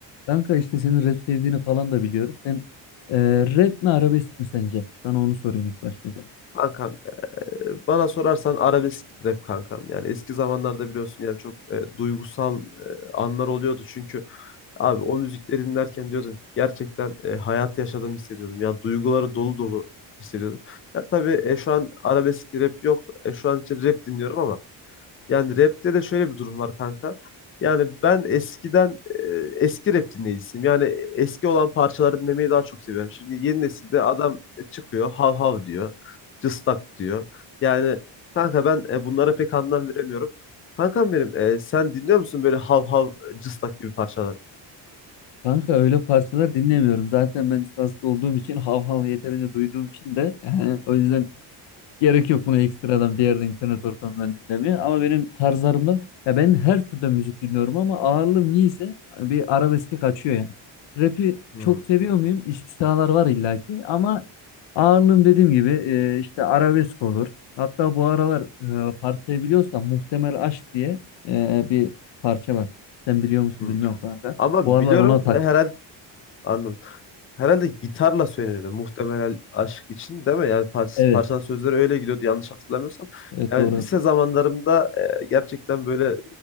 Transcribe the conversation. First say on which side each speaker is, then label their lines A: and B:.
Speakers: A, on the left; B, on the left.
A: Kanka işte senin rap sevdiğini falan da biliyorum. Sen e, rap mi arabesk mi sence? Sana onu sorayım ilk başta o zaman.
B: Kankam e, bana sorarsan arabesk rap kankam. Yani eski zamanlarda biliyorsun yani çok e, duygusal e, anlar oluyordu. Çünkü abi o müzikleri dinlerken diyordum ki, gerçekten e, hayatı yaşadığımı hissediyordum. Ya duyguları dolu dolu hissediyordum. Ya tabii e, şu an arabesk rap yok. E, şu an için rap dinliyorum ama yani rapte de şöyle bir durum var kanka. Yani ben eskiden e, eski rap dinleyicisiyim. Yani eski olan parçaları dinlemeyi daha çok seviyorum. Şimdi yeni nesilde adam e, çıkıyor hav hav diyor. Cıstak diyor. Yani kanka ben e, bunlara pek anlam veremiyorum. Kankam benim e, sen dinliyor musun böyle hav hav cıstak gibi parçaları?
A: Kanka öyle parçalar dinlemiyorum. Zaten ben Sivaslı olduğum için hav hav yeterince duyduğum için de yani o yüzden Gerek yok buna ekstradan bir yerde internet ortamından dinlemeye. Ama benim tarzlarımda ya ben her türden müzik dinliyorum ama ağırlığım niyeyse bir arabeske kaçıyor yani. Rap'i
B: Hmm,
A: çok seviyor muyum? İstisnalar var illaki ama ağırlığım dediğim gibi e, işte arabesk olur. Hatta bu aralar e, parçayı biliyorsan Muhtemel Aşk diye e, bir parça var. Sen biliyor musun
B: hmm.
A: bilmiyorum kanka.
B: Ama
A: Bu aralar
B: biliyorum
A: ona taktım.
B: e, herhalde anladım. herhalde gitarla söyleniyordu muhtemelen aşk için değil mi? Yani par
A: Evet.
B: parçanın sözleri öyle gidiyordu yanlış hatırlamıyorsam.
A: Evet
B: Yani
A: doğru hatırlıyorum.
B: lise zamanlarımda e, gerçekten böyle e,